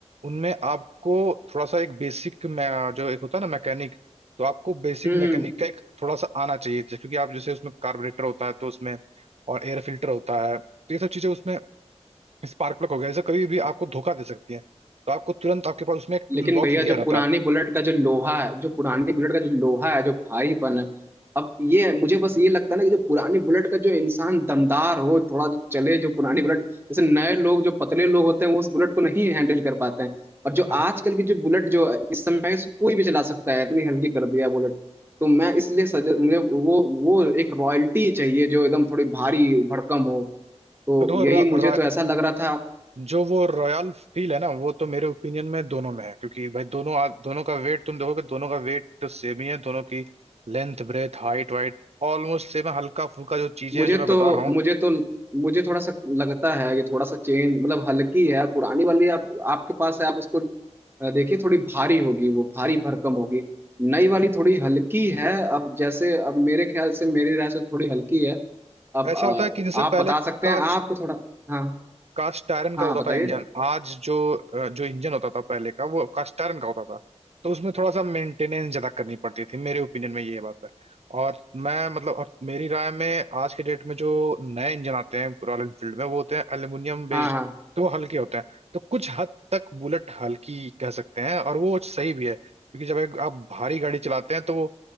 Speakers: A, on the right; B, on the right.
A: उनमें आपको थोड़ा सा एक बेसिक जो एक होता है ना मैकेनिक तो आपको बेसिक
B: हम्म
A: मैकेनिक का एक थोड़ा सा आना चाहिए था। क्योंकि आप जैसे उसमें कार्बोरेटर होता है तो उसमें और एयर फिल्टर होता है तो ये सब चीज़ें उसमें स्पार्क प्लग हो गया जैसे कभी भी आपको धोखा दे सकती है तो आपको तुरंत आपके पास उसमें एक
B: लेकिन
A: टूल बॉक्स
B: भैया
A: दिया
B: जो
A: रहता
B: पुरानी
A: है
B: बुलेट का जो लोहा है जो पुरानी बुलेट का जो लोहा है जो भारीपन है अब ये मुझे बस ये लगता है ना कि जो पुरानी बुलेट का जो इंसान दमदार हो थोड़ा जो चले जो पुरानी बुलेट जैसे नए लोग जो पतले लोग होते हैं वो उस बुलेट को नहीं हैंडल कर पाते हैं और जो
A: हाँ
B: आजकल की जो बुलेट जो है, इस समय से कोई भी चला सकता है इतनी हल्की कर दिया बुलेट तो मैं इसलिए सजे मुझे वो वो एक रॉयल्टी चाहिए जो एकदम थोड़ी भारी भड़कम हो तो
A: तो वो
B: यही
A: र,
B: मुझे
A: र,
B: तो ऐसा लग रहा था
A: जो वो रॉयल फील है ना वो तो मेरे ओपिनियन में दोनों में है क्योंकि भाई दोनों आ- दोनों का वेट तुम देखोगे दोनों का वेट तो सेम ही है दोनों की length breadth height weight almost same है हल्का फुल्का जो चीजें
B: मुझे
A: हैं जो मैं
B: तो
A: बता रहा हूँ
B: मुझे तो मुझे थोड़ा सा लगता है कि थोड़ा सा चेंज मतलब हल्की है पुरानी वाली आप आपके पास है आप उसको अ, देखिए थोड़ी भारी होगी वो भारी भरकम होगी नई वाली थोड़ी हल्की है अब जैसे अब मेरे ख्याल से मेरी राय से थोड़ी हल्की है अब
A: ऐसा होता है कि जिससे
B: अ, आप
A: पहले
B: बता सकते
A: कास्ट
B: हैं आप थोड़ा हाँ
A: कास्ट आयरन का
B: हाँ
A: होता
B: बताइए
A: था इंजन आज जो अ, जो इंजन होता था पहले का वो कास्ट आयरन का होता था तो उसमें थोड़ा सा मेंटेनेंस ज्यादा करनी पड़ती थी मेरे ओपिनियन में ये बात है और मैं मतलब और मेरी राय में आज के डेट में जो नए इंजन आते हैं रॉयल एनफील्ड में वो होते हैं एल्यूमिनियम बेस्ड
B: हाँ हाँ
A: तो वो हल्के होते हैं तो कुछ हद तक बुलेट हल्की कह सकते हैं और वो सही भी है क्योंकि जब एक आप भारी गाड़ी चलाते हैं तो वो